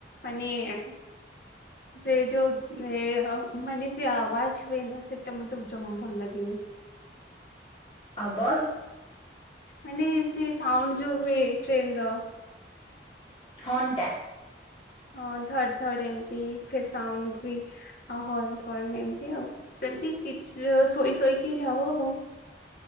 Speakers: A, on the left; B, on the left.
A: ମାନେ ସେ ଯୋଉ ଏ ମାନେ ସେ ଆବାଜ ହୁଏ ନା ସେଇଟା ମତେ ଜମା ଭଲ ଲାଗେନି।
B: ଆବାସ
A: ମାନେ ସେ ସାଉଣ୍ଡ ଯୋଉ ହୁଏ, ଟ୍ରେନର।
B: ହର୍ନ ଟା।
A: ହଁ, ଧର୍ଡ ଧର୍ଡ ଏମିତି ଫିର୍ ସାଉଣ୍ଡ ବି ଆଉ ହର୍ନ, ଫର୍ନ ଏମତି ଆଉ। ସେମତି କିଛି ଶୋଇ ଶୋଇକି ଯାଉ ଆଉ।